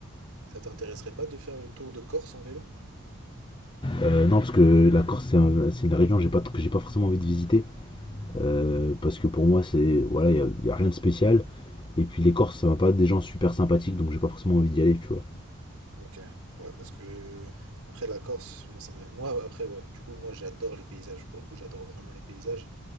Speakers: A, on the right; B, on the left.
A: Ça t'intéresserait pas de faire le tour de Corse en vélo?
B: Euh, non, parce que la Corse, c'est un- c'est une région que j'ai pas, que j'ai pas forcément envie de visiter. Euh, parce que pour moi, c'est. Voilà, il n'y a, a rien de spécial. Et puis les Corses, ça va pas être des gens super sympathiques, donc j'ai pas forcément envie d'y aller, tu vois.
A: Ok. Ouais, parce que après la Corse, moi ça m'a- moi après ouais. Du coup, moi j'adore les paysages. Pour le coup, j'adore vraiment les paysages.